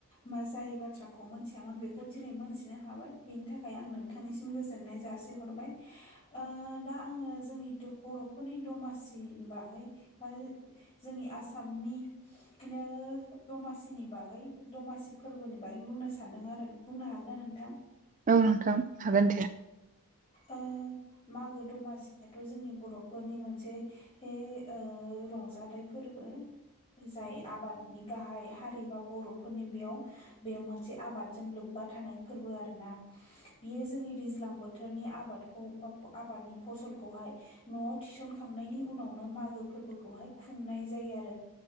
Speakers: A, on the left (about 25°); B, on the right (about 35°).
A: मा जाय बाथ्राखौ मोनथियामोन बेखौ दिनै मोनथिनो हाबाय बेनि थाखाय आं नों नोंथांनिसिम गोजोननाय जासिहरबाय ओ दा आङो जोंनि द बर'फोरनि दमासिनि बागै <inaudible> जोंनि आसामनि दिनो दमासिनि बागै दमासि फोरबोनि बागै बुंनो सानदों आरोना बुंनो हागोनना नोंथां
B: औ नोंथां हागोन दे
A: ओ मागो दमासियाथ' जोंनि बर'फोरनि मोनसे हे ओ रंजाथाइ फोरबो जाय आबादनि गाहाय हारि बा बर'फोरनि बेयाव बेयो मोनसे आबादजों लोब्बा थानाय फोरबो आरोना बियो जोंनि दैज्ल लां बोथोरनि आबादखौ बा आबादनि फसलखौहाय न'आव थिसनखांनायनि उनावनो मागो फोरबोखौहाय खुंनाय जायो आरो